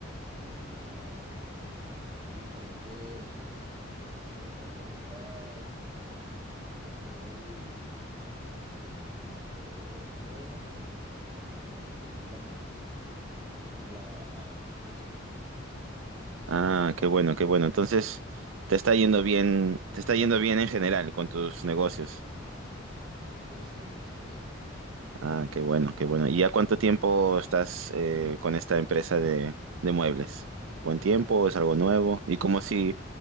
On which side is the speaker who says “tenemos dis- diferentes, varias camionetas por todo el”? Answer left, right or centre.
Right